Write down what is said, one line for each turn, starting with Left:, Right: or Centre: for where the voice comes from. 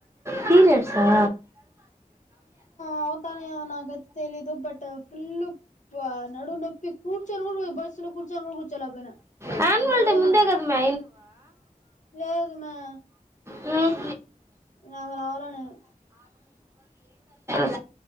Right: పీర్యడ్స్ ఆ
Left: పోతానేమో నాకైతె తెలీదు బట్ ఫుల్లు ప్ఆ నడుము నొప్పి కూర్చొన్ గూడు బస్సు ట్లొ కూర్చోన్ గూడ్ గుచ్చోల్యాక్ పొయ్న
Right: యాన్యువల్
Left: అంత నడుమ్
Right: డే ముందే
Left: నెప్పి
Right: కదా మే
Left: లేద్ మ్యా.
Right: ఊమ్
Left: నాకు రావాలా నేను
Right: <unintelligible>